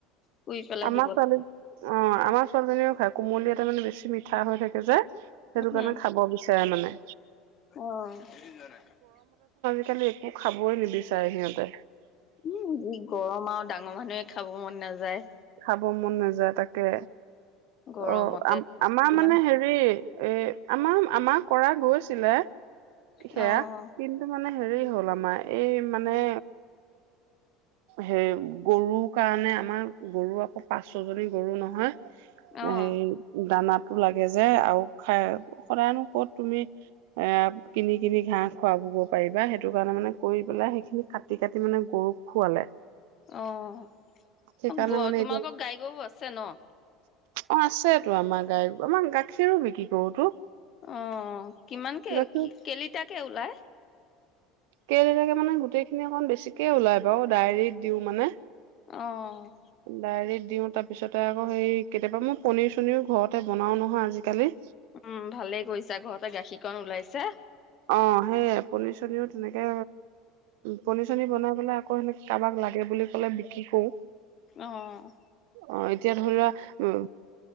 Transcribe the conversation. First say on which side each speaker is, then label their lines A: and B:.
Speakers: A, on the left (about 25°); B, on the right (about 70°).
A: পুৰি পেলাই
B: আমাৰ
A: দিব লাগে।
B: ছোৱালী, অ', আমাৰ ছোৱালীজনীও খাই, কোমলীয়াতে মানে বেছি মিঠা হৈ থাকে যে। সেইটো
A: উম,
B: কাৰণে খাব বিচাৰে মানে।
A: অ'।
B: আজি কালি একো খাবই নিবিচাৰে সিহঁতে।
A: উম, গৰম আৰু দাঙ ডাঙৰ মানুহে খাব মন নাযায়।
B: খাব মন নাযায় তাকে।
A: গৰমতে
B: অ', আ, আমাৰ
A: ইমান
B: মানে হেৰি এ আমাৰ আমাৰ কৰা গৈছিলে।
A: অ',
B: সেয়া কিন্তু মানে হেৰি হ'ল আমাৰ এই মানে হেৰি গৰু কাৰণে আমাৰ গৰু আকৌ পাঁচ-ছজনী গৰু নহয়।
A: অ',
B: এই দানাত তো লাগে যে আৰু খাইসদায়নো ক'ত তুমি এ কিনি কিনি ঘাহ খুৱাব গৰুক পাৰিবা, সেইটো কাৰণে মানে কৰি পেলাই সেইখিনি কাটি কাটি মানে। গৰুক খোৱালে।
A: অ',
B: সেইকাৰণে
A: গ
B: মানে
A: তোমালোকৰ
B: এতিয়া
A: গাই গৰু আছে ন'?
B: অ', আছে তো আমাৰ গাই, আমাৰ গাখীৰো বিক্ৰী কৰোতো।
A: অ', কিমানকে
B: গাখীৰ
A: কেইলিটাৰকে ওলাই?
B: কেইলিটাৰকে মানে গোটেইখিনি অকণ বেছিকে ওলাই বাৰু ডায়েৰিত দিওঁ মানে।
A: অ'।
B: ডায়েৰিত দিওঁ তাৰপিছতে আকৌ হেই কেতিয়াবা মই পনীৰ চনীৰ ঘৰতে বনাওঁ নহয় আজিকালি।
A: উম, ভালে কৰিছা ঘৰত। টা গাখীৰকণ ওলাইছে।
B: অ সেইে পনী চনীও তেনেকে পনী চনী বনাই পাই আকৌ সেনেকে কাৰোবাক লাগে বুলি কলে বিক্ৰী কৰো।
A: অ'হ।
B: অ এতিয়া ধৰি লোৱা উ